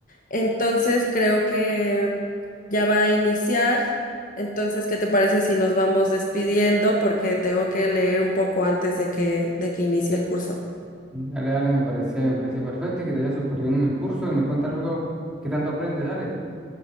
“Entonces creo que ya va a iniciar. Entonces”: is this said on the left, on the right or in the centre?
Left